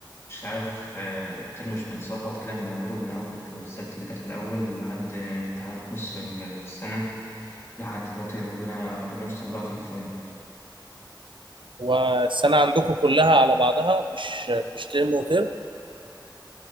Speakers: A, on the left; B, on the right.
A: مش عارف آه، الترم مش متظبط كده من أوله من أول الكويزات اللي كانت في الأول لحد آه، امتحانات نص السنة لحد دلوقتي ربنا ربنا يستر بقى في الفاينل
B: والسنه عندكم كلها على بعضها مش مش ترم وترم